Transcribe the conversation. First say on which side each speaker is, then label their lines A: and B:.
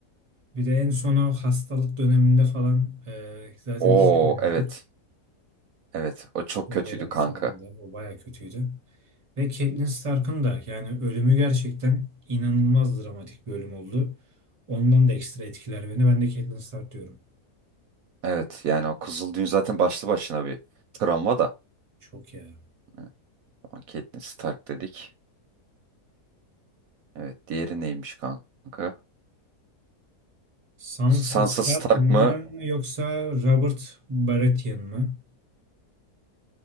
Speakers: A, on the right; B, on the right.
A: Bir de en son o hastalık döneminde falan e, zaten
B: Oo
A: hiç göremedik.
B: evet. Evet o çok
A: Hitler
B: kötüydü
A: hastalığında
B: kanka.
A: o baya kötüydü. Ve Catelyn Stark'ın da yani ölümü gerçekten inanılmaz dramatik bir ölüm oldu. Ondan da ekstra etkiler beni. Ben de Catelyn Stark diyorum.
B: Evet yani o Kızıl zaten başlı başına bir travma da.
A: Çok ya.
B: Evet, Ama Catelyn Stark dedik. Evet diğeri neymiş kanka?
A: Sansa
B: Sansa
A: Stark
B: Stark
A: mı
B: mı?
A: yoksa Robert Baratheon mı?